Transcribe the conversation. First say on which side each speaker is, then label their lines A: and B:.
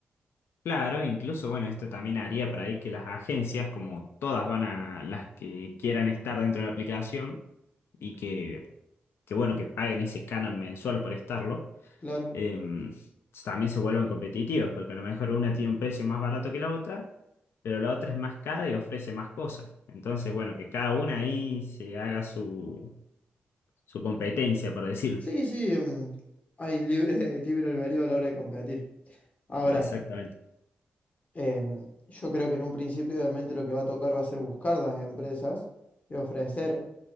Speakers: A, on the left; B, on the left.
A: Claro, incluso, bueno, esto también haría para ahí que las agencias, como todas van a las que quieran estar dentro de la aplicación y que, que bueno, que paguen ese canon mensual por estarlo
B: claro.
A: em, también se vuelvan competitivos, porque a lo mejor una tiene un precio más barato que la otra, pero la otra es más cara y ofrece más cosas. Entonces, bueno, que cada una ahí se haga su, su competencia, por decirlo.
B: Sí, sí, mm, hay libre, <laughs> libre albedrío a la hora de competir. Ahora,
A: Exactamente.
B: em, yo creo que en un principio obviamente lo que va a tocar va a ser buscar las empresas y ofrecer